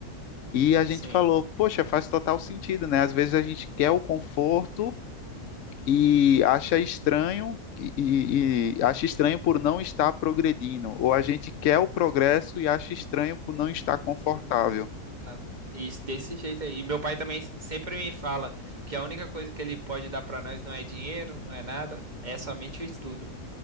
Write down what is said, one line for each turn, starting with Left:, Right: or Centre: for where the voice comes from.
Left: E a gente
Right: Sim.
Left: falou: poxa, faz total sentido, né? Às vezes a gente quer o conforto e acha estranho e, e- e acha estranho por não estar progredindo, ou a gente quer o progresso e acha estranho por não estar confortável.
Right: Pernatana confortável. Isso, desse jeito aí. E meu pai também s- sempre me fala que a única coisa que ele pode dar pra nós não é dinheiro, não é nada, é somente o estudo.